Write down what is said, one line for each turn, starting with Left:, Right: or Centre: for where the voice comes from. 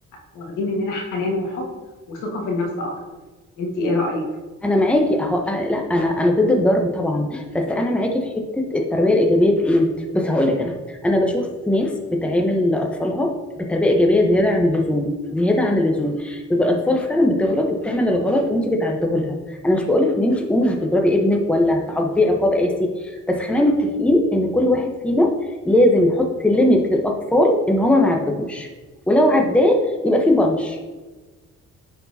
Left: واخدين مننا حنان وحب وثقه في النفس اكتر انت ايه رايك
Centre: انا معاكي اهو أه لا انا انا ضد الضرب طبعا بس انا معاكي في حته التربيه الايجابيه في ايه بص هقول لك انا انا بشوف ناس بتعامل اطفالها بتربيه ايجابيه زياده عن اللزوم زياده عن اللزوم بيبقى الاطفال فعلا بتغلط وبتعمل الغلط وانت بتعديه لها انا مش بقول لك ان انت قومي هتضربي ابنك ولا هتعاقبيه عقاب قاسي بس خلينا متفقين ان كل واحد فينا لازم يحط ليميت للاطفال ان هما ما يعدوهوش ولو عداه يبقى في بنش